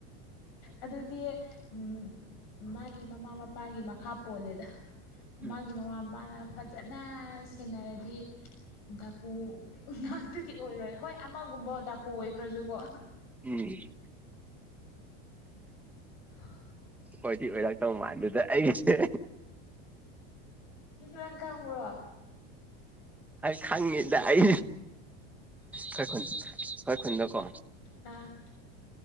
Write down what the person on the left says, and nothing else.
ꯑꯗꯨꯗꯤ ꯎ ꯃꯥꯒꯤ ꯃꯃꯥ ꯃꯄꯥꯒꯤ ꯃꯈꯥ ꯄꯣꯜꯂꯦꯗ
ꯃꯥꯒꯤ ꯃꯃꯥ ꯃꯄꯥꯅ ꯐꯖꯅ ꯁꯦꯟꯅꯔꯗꯤ ꯀꯨ ꯉꯥꯛꯇ ꯇꯤ ꯑꯣꯏꯔꯣꯏ ꯍꯣꯏ ꯑꯃꯒꯨꯝꯕ ꯗꯥꯀꯨ ꯑꯣꯏꯈ꯭ꯔꯁꯨꯀꯣ
ꯑ
ꯅꯪ ꯈꯪꯉ꯭ꯔꯣ
ꯑ